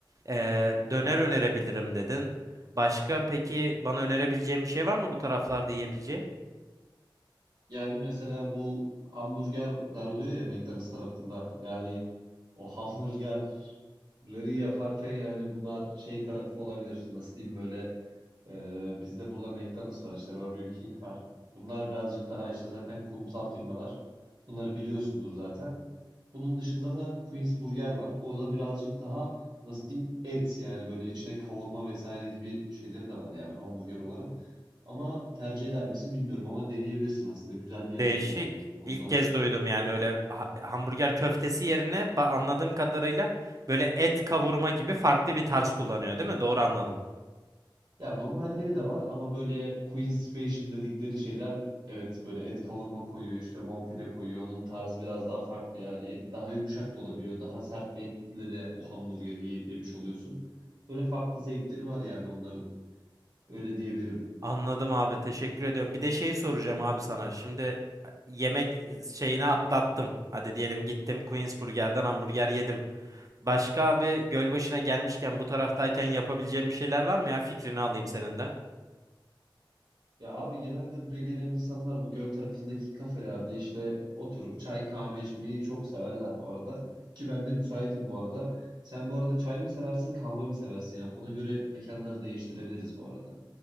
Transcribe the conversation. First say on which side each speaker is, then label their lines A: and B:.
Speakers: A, on the right; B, on the right.
A: eee, döner önerebilirim dedin. Başka peki bana önerebileceğim bir şey var mı bu taraflarda yiyebileceğim?
B: Yani mesela bu hamburgerler oluyor ya McDonald's tarafında. Yani o hamburgerleri yaparken yani bunlar şey tarafı olabilir. Nasıl diyeyim böyle Ee, bizde burada McDonald's var işte Burger King var. Bunlar birazcık daha işte zaten kurumsal firmalar. Bunları biliyorsundur zaten. Bunun dışında da Queen's Burger var. O da birazcık daha nasıl diyeyim et yani böyle içine kavurma vesaire gibi şeyleri de var yani hamburger olarak. Ama tercih eder misin bilmiyorum ama deneyebilirsin aslında. Güzel bir yerdir
A: Değişik.
B: yani. Onu
A: İlk
B: da
A: kez duydum yani öyle ha- hamburger köftesi yerine ba- anladığım kadarıyla böyle et kavurma gibi farklı bir tarz kullanıyor, değil mi? Doğru anladım.
B: Ya normalleri de var ama böyle Queen Special dedikleri şeyler evet böyle et kavurma koyuyor işte bonfile koyuyor. Onun tarzı biraz daha farklı yani et daha yumuşak da olabiliyor. Daha sert bir etle de o hamburgeri ye- yemiş oluyorsun. Böyle farklı zevkleri var yani onların öyle diyebilirim.
A: Anladım abi teşekkür ediyorum. Bir de şey soracağım abi sana. Şimdi e, yemek e, şeyini atlattım. Hadi diyelim gittim Queens Burger'den hamburger yedim. Başka abi Gölbaşı'na gelmişken bu taraftayken yapabileceğim bir şeyler var mı ya? Fikrini alayım senin de.
B: Ya abi genelde buraya gelen insanlar bu göl tarafındaki kafelerde işte oturup çay kahve içmeyi çok severler bu arada. Ki ben de müsaitim bu arada. Sen bu arada çay mı seversin kahve mi seversin ya? Ona göre mekanları değiştirebiliriz bu arada.